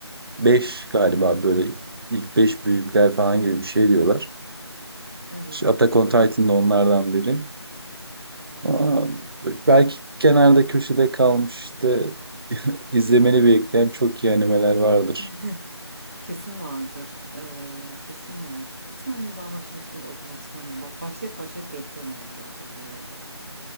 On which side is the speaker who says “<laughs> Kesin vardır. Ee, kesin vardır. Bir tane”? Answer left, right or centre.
Right